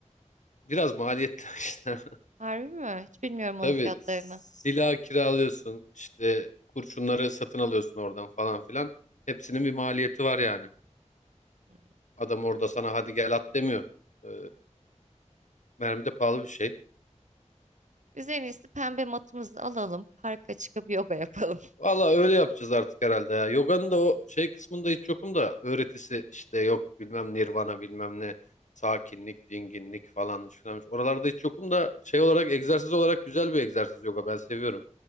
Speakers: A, on the left; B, on the right.
A: Biraz maliyetli <laughs> işte.
B: harbi mi? Hiç bilmiyorum onun
A: Tabii
B: fiyatlarını.
A: silah kiralıyorsun, işte kurşunları satın alıyorsun oradan falan filan. Hepsinin bir maliyeti var yani.
B: Hmm.
A: Adam orada sana hadi gel at demiyor. Ee, mermi de pahalı bir şey.
B: Biz en iyisi pembe matımızı alalım. Parka çıkıp yoga yapalım.
A: Valla öyle yapacağız artık herhalde ya. Yoga'nın da o şey kısmında hiç yokum da öğretisi işte yok bilmem nirvana bilmem ne sakinlik, dinginlik falanmış filanmış. Oralarda hiç yokum da şey olarak egzersiz olarak güzel bir egzersiz yoga ben seviyorum.